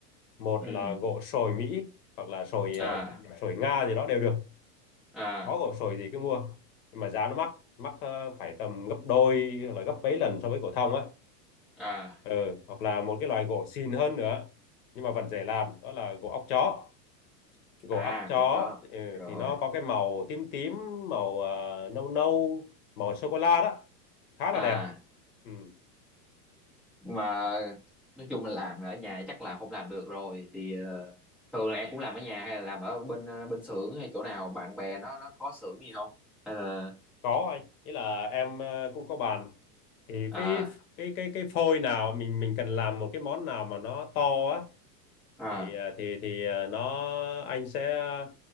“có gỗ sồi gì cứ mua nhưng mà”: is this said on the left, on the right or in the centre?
Left